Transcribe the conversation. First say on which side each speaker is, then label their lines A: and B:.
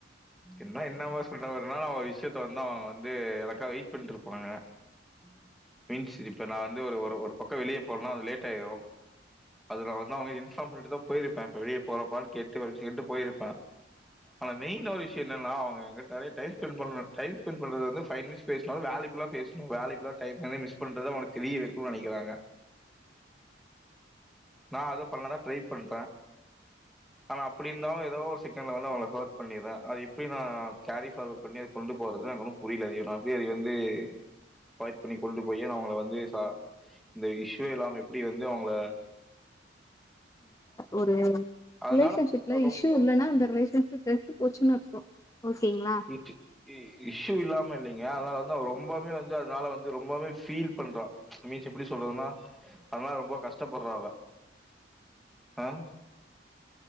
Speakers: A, in the centre; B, on the left (about 15°).
A: என்ன என்னாம சொல்றவர்னா என்ன என்ன மாரி சண்ட வருணாஅவ ஒரு விஷயத்த வந்து அவுங்க வந்து எனக்காக வெயிட் பண்ணிட்டு இருப்பாங்க ம் மீன்ஸ் இப்போ நா வந்து ஒரு ஒரு பக்க வெளிய போனேனா அது லேட் ஆயிரு அதுல வந்து அவுங்க இன்பார்ம் பண்ணிட்டுதா பொயிருப்பா இப்ப வெளிய போறப்பான்னு கேட்டுட்டு போயிருப்பா ஆன மெயின்ல ஒரு விஷ்யோ என்னனா அவுங்க நறைய டைம் ஸ்பெண்ட் பண்ணணு டைம் ஸ்பெண்ட் பண்றது வந்து ஃபை மினிட்ஸ் பேசுனாலு வேல்யபுலா பேசு வேலைக்குல்லா டைம்ல மிஸ் பண்றது தா எனக்கு தெரிய வைக்கனு நெனைக்கிறாங்க நா அது பண்ணலாதா ட்ரை பண்ற ஆனா அப்டி இருந்தாலு ஏதோ ஒரு செகண்டல வந்து அவுங்ள வந்து ஹேர்ட் பண்ணிற்றே அது எப்டி நா கேரி ஃபார்வேர்ட் பண்ணி அத கொண்டு போறதுன்ன எனக்கு ஒன்னு புரியல நா அப்டி அது வந்து அவாய்ட் பண்ணி கொண்டு போயி அவுங்கள வந்து ச இந்த இஷ்யூவே இல்லாம எப்டி வந்து அவுங்க
B: ஒரு
A: அதனால
B: ரிலேஷன்ஷிப்ல
A: ரொம்ப
B: இஷ்யூ இல்லனா அந்த ரிலேஷன்ஷிப்பு போச்சுன்னா வச்சுக்கோ ஓகேங்ளா
A: ச்சு இஷ்யூ இல்லாம இல்லைங்க அதனால வந்து அவ ரொம்பமே வந்து அதனால வந்து ரொம்பமே ஃபீல் பண்றா மீன்ஸ் எப்டி சொல்லறதுன்னா அதனால ரொம்ப கஷ்டப்பட்றா அவ அ